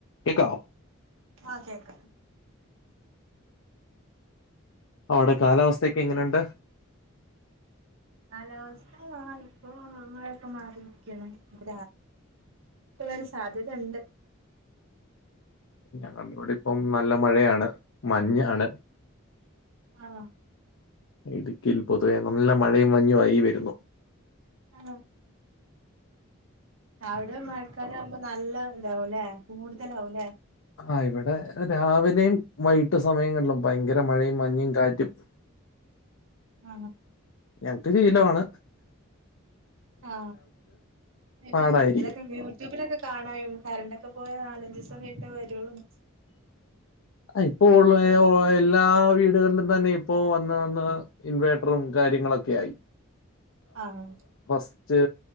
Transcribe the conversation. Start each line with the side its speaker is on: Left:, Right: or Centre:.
Left: കേക്കോവോ
Right: ആ കേക്ക
Left: അവടെ കാലാവസ്ഥ്യൊക്കെ എങ്ങനൊണ്ട്
Right: കാലാവസ്ഥ ഇപ്പോ മയൊക്കെ മാറി നിക്കെണ് ഇപ്പോ രാത് സാധ്യതണ്ട്.
Left: ഞങ്ങളവിടിപ്പം നല്ല മഴയാണ്, മഞ്ഞാണ്.
Right: ആ.
Left: ഇടുക്കീൽ പൊതുവെ നല്ല മഴയും മഞ്ഞു ആയി വരുന്നു
Right: ആ. അവിടെ മഴക്കാലാകുമ്പോ നല്ല ഇതാവും ലെ കൂടുതലാവുലെ
Left: ആ ഇവിടെ രാവിലെയും വൈകിട്ട് സമയങ്ങളിലും ഭയങ്കര മഴയും മഞ്ഞും കാറ്റും
Right: ആ.
Left: ഞങ്ങ്ക്ക് ശീലവാണ്
Right: ആ പിന്നെ
Left: പാടായിരിക്കും
Right: ഇത് ലൊക്കെ യൂട്യൂബിലൊക്കെ കാണായും കറണ്ടൊക്കെ പോയ നാലഞ്ചോസം വീട്ടേ വരുള്ളൂന്ന്
Left: ഇപ്പോ ഒള്ള എല്ലാ വീടുകളിലും തന്നെ ഇപ്പോ വന്ന് വന്ന് ഇൻവേർട്ടറും കാ കാര്യങ്ങളൊക്കെയായി
Right: ആഹ്
Left: റ്റ്